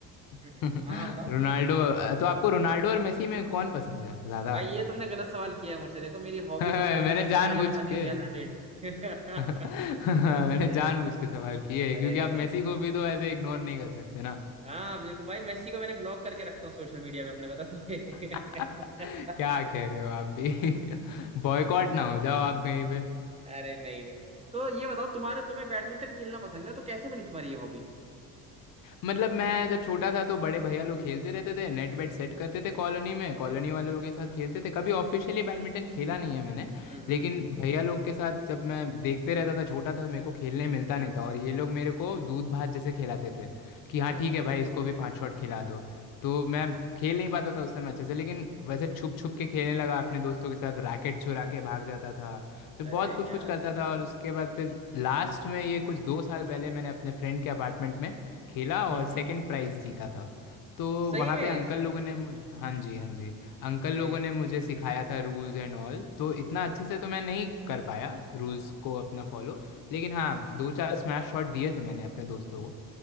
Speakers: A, on the left; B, on the right.
A: <laughs>
B: हम्म, हम्म।
A: रोनाल्डो
B: हाँ हाँ बताओ
A: तो आपको रोनाल्डो और मेसी में कौन पसंद है ज़्यादा
B: भाई ये तुमने गलत सवाल किया है मुझसे देखो मेरी हॉबी
A: <laughs> मैंने
B: फुटबॉल है मैंने
A: जानबूझ
B: पहले बता दिया
A: के
B: रियल
A: <laughs>
B: मैड्रिड <laughs>
A: मैंने
B: सही
A: जानबूझ
B: से
A: के सवाल किए हैं,
B: अरे
A: क्योंकि आप
B: सही
A: मेसी
B: से
A: को भी तो ऐसे इग्नोर नहीं कर सकते ना
B: हाँ बिल्कुल भाई मेसी को मैंने ब्लॉक करके रखता हूँ सोशल मीडिया पे अपने बता तुम्हें
A: <laughs> क्या
B: <laughs>
A: कह रहे हो आप भी <laughs> बॉयकॉट ना हो जाओ आप कहीं पे
B: अरे नहीं नहीं तो ये बताओ तुम्हारे तुम्हें बैडमिंटन खेलना पसंद है तो कैसे बनी तुम्हारी ये हॉबी
A: मतलब मैं जब छोटा था तो बड़े भैया लोग खेलते रहते थे नेट वेट सेट करते थे कॉलोनी में कॉलोनी वाले लोग के साथ खेलते थे कभी ऑफिशियली बैडमिंटन खेला नहीं है मैंने
B: हम्म हम्म
A: लेकिन भैया लोग के साथ जब मैं देखते रहता था छोटा था मेरे को खेलने मिलता नहीं था और ये लोग मेरे को दूध भात जैसे खिलाते थे कि हाँ
B: हम्म,
A: ठीक
B: हम्म,
A: है
B: सही
A: भाई इसको
B: सही
A: भी पाँच शॉट खिला दो तो मैं खेल नहीं पाता था उस समय अच्छे से लेकिन वैसे छुप छुप के खेलने लगा अपने दोस्तों के साथ रैकेट चुरा के भाग जाता था फिर
B: अरे
A: बहुत कुछ
B: क्या
A: कुछ
B: बात
A: करता
B: है
A: था और उसके बाद फिर लास्ट में ये कुछ दो साल पहले मैंने अपने फ्रेंड के अपार्टमेंट में खेला
B: हम्म
A: और
B: हम्म
A: सेकंड प्राइज जीता था तो
B: सही
A: वहाँ
B: में
A: पे अंकल लोगों ने मुझे हाँ जी हाँ जी अंकल
B: अरे
A: लोगों ने मुझे सिखाया था रूल्स एंड ऑल तो इतना अच्छे से तो मैं नहीं कर पाया रूल्स को अपना फॉलो लेकिन हाँ दो चार स्मैश शॉट दिए थे मैंने अपने दोस्तों को